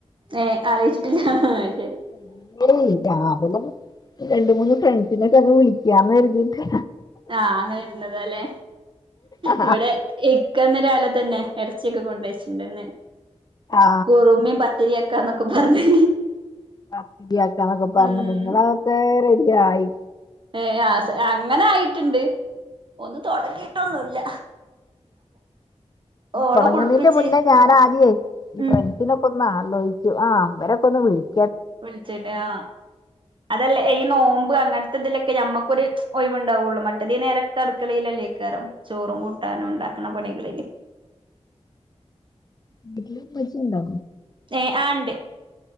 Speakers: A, on the right; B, on the left.
A: ഏ അലോയിച്ചിട്ടില്ല
B: <unintelligible> രാവിലെ രണ്ട് മൂന്ന് ഫ്രണ്ട്സിനൊക്കെ അങ്ങ് വിളിക്കാന്ന് കരുതിക്കാ
A: ആഹ് അങ്ങനെ ഇരുന്നത് അല്ലെ
B: ആ
A: ഇവിടെ ഇക്ക ഇന്ന് രാവിലെ തന്നെ എറച്ചിയക്ക കൊണ്ടയ്ച്ചിട്ട്ണ്ട്ന്ന്
B: ആ
A: കുറുമയും പത്തിരി വെക്കാന്നൊക്കെ പറഞ്ഞ്
B: പത്തിരിയാക്കന്നൊക്കെ പറഞ്ഞ്
A: ഉം
B: നിങ്ങളെ അതൊക്കെ റെഡി ആയി
A: ഏ ആ സ് അങ്ങനെ ആയിട്ടുണ്ട് ഒന്ന് തൊടങ്ങിയിട്ടൊന്നുല്ല ഓളെ
B: തുടങ്ങുന്നതിന്നമുന്നേ
A: കുളിപ്പിച്ച്
B: ഞാനാദ്യേ ഈ
A: ഉം
B: ഫ്രണ്ട്സിനൊക്കെ ഒന്ന് <unintelligible> ആലോയിച്ചു ആ ഇമ്പരൊക്കെ ഒന്ന് വിളിച്ചു
A: വിളിച്ചിട്ട് ആ അതല്ലേ ഈ നോമ്പ് അങ്ങനത്തെ ഇതിലൊക്കെ ഞമ്മക്കൊരു ഒഴിവ് ഉണ്ടാവുള്ളൂ മറ്റത് ഈനേരൊക്ക അടുക്കളയിലല്ലേ <unintelligible> ചോറും കൂട്ടാനും ഉണ്ടാക്കണ പണികളില്
B: വീട്ടില് പശുണ്ടോ
A: ഏ ആണ്ട്